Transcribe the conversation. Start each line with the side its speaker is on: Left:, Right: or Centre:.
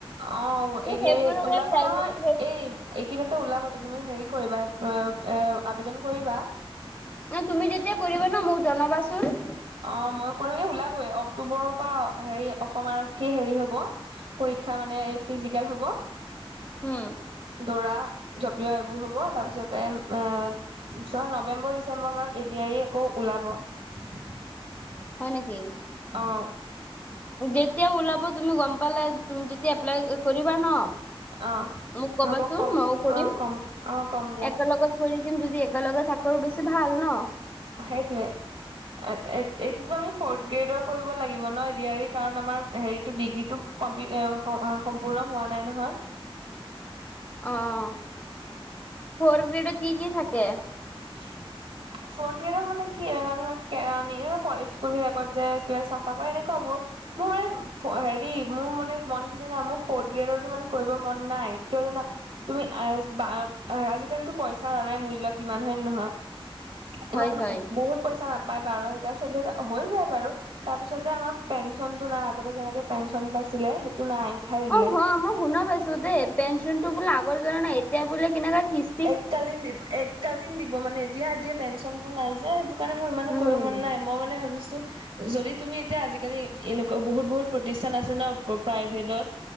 Right: অ
Left: ত'
Right: এ
Left: সেইবোৰলে
Right: দি আৰ ই ওলাব
Left: যাই
Right: নহয় এই এইকেইদিনতে ওলাবতো তুমি হেৰি কৰিবা এ এ আবেদন কৰিবা।
Left: এ তুমি যেতিয়া কৰিবা ন মোক জনাবাচোন।
Right: অ মই কৰিম, এই ওলাবই অক্টোবৰৰ পৰা হেৰি অসম আৰক্ষী হেৰি হব। পৰীক্ষা মানে ফিজিকেল হ'ব।
Left: হুম।
Right: দৌৰা, জপিওৱা এইবোৰ হ'ব তাৰপিছতে এ জৰ নৱেম্বৰ ডিচেম্বৰ মানত এ দি আৰ ই আকৌ ওলাব। <inaudible>
Left: হয় নেকি?
Right: অ'।
Left: যেতিয়া ওলাব তুমি গম পালে, তুমি যেতিয়া এপ্লাই কৰিবা ন
Right: অ
Left: মোক ক'বাচোন
Right: হ'ব কম
Left: মইও কৰিম,
Right: অ কম অ কম দিয়া
Left: একেলগত কৰি দিম যদি একেলগে থাকো আৰু বেছি ভাল ন?
Right: সেইতোৱে। এ-এ-এইটোতো আমি ফৰ্থ গ্ৰেডৰ কৰিব লাগিব ন? এ দি আৰ ই কাৰণ আমাৰ হেৰিটো ডিগ্ৰীটো কমপ্লিট অ'-সম্পূৰ্ণ হোৱা নাই নহয়।
Left: অ', ফৰ গ্ৰেডত কি কি থাকে?
Right: <inaudible> ফ্ৰট গ্ৰেদৰ মানে কি এনেকুৱা ধৰ কেৰানী, এ স্কুল বিলাকত যোয় কিবা চাফা কৰে, এনেকুৱা বোৰ। মোৰ মানে হেৰি মোৰ মানে মন কি জানা? মোৰ ফৰ্থ গ্ৰেডৰো ইমান কৰিব মন নাই, কিয় জানা? তুমি আজ-বা-আজিকালিতো পইচা জানাই মূল্য কি ইমান হয়ন নহয়?
Left: হয়
Right: ইমান
Left: হয়
Right: বহুত পইচা নাপায় বাৰ হেজাৰ, চৈধ্য হেজাৰ, হৈ যায় বাৰু। তাৰ পিছতে আমাৰ পেঞ্চনতটো নাই, আগতে যেনেকে পেঞ্চন পাইছিলে সে তো নাই উঠাই দিলে
Left: অ' হয়, মই শুনা পাইছো দেই পেঞ্চন টো বোলে আগৰ দৰে নাই এতিয়া বোলে কেনেকা কিচ
Right: এক কালীন দিব, এক কালীন দিব মানে এতিয়া, এতিয়া পেঞ্চনতটো নাই যে সেইটো টো কাৰণে মোৰ ইমানো
Left: উম
Right: কৰিব মন নাই, মই মানে ভাবিছোঁ‌ যদি তুমি এতিয়া আজিকালি এনেকুৱা বহুত বহুত প্ৰতিষ্ঠান আছে ন প্ৰাইভেটত?